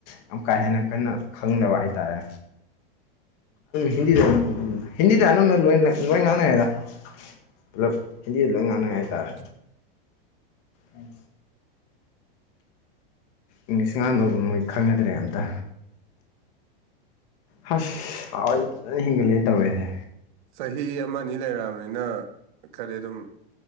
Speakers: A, on the left (about 45°); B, on the right (about 55°).
A: ꯌꯥꯝ ꯀꯥ ꯍꯦꯟꯅ ꯀꯟꯅ ꯈꯪꯗꯕ ꯍꯥꯏꯇꯥꯔꯦ
B: ꯎꯝ
A: ꯍꯤꯟꯗꯤꯗ ꯍꯤꯟꯗꯤꯗ ꯑꯅꯝꯕꯅ ꯂꯣꯏ ꯂꯣꯏ ꯉꯥꯡꯅꯔ‌ꯦꯗ ꯄꯨꯂꯞ ꯍꯤꯟꯗꯤꯗ ꯂꯣꯏ ꯉꯥꯡꯅꯉꯩ
B: ꯎꯝ
A: ꯍꯥꯏꯇꯥꯔꯦ ꯎꯝ ꯏꯪꯂꯤꯁ ꯉꯥꯡꯗꯅꯕ ꯃꯣꯏ ꯈꯪꯅꯗ꯭ꯔꯦ ꯑꯝꯇ ꯍꯁ ꯍꯥꯎꯁꯦ ꯐꯖꯅ ꯍꯦꯟꯒꯠꯂꯦ ꯇꯧꯔꯦꯁꯦ
B: ꯆꯍꯤ ꯑꯃꯅꯤꯅꯤ ꯂꯩꯔꯛꯑꯅꯤꯅ ꯈꯗꯤ ꯑꯗꯨꯝ